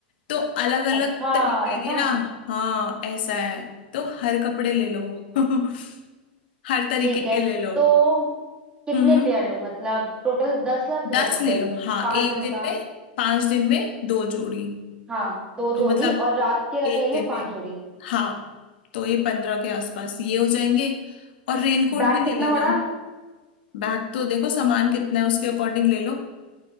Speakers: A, on the left; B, on the right.
A: तो अलग
B: अच्छा
A: अलग तरीके
B: ऐसा
A: के ना
B: है
A: हाँ ऐसा है तो हर कपड़े ले लो <laughs> हर तरीके
B: ठीक
A: के
B: है
A: ले लो
B: तो कितने
A: हम्म
B: पेयर लूं मतलब टोटल दस लाख लें
A: दस
B: कपड़े
A: ले लो हाँ
B: पांच
A: एक
B: दिन
A: दिन
B: का
A: में पांच दिन में दो जोड़ी
B: हाँ दो
A: तो
B: जोड़ी
A: मतलब
B: और रात के
A: एक
B: रख लेंगे
A: दिन में
B: पांच जोड़ी
A: हाँ तो ये पंद्रह के आसपास ये हो जाएंगे और रेनकोट
B: बैग
A: भी
B: कितना
A: ले लेना
B: बड़ा
A: बैग तो देखो सामान कितना है उसके अकॉर्डिंग ले लो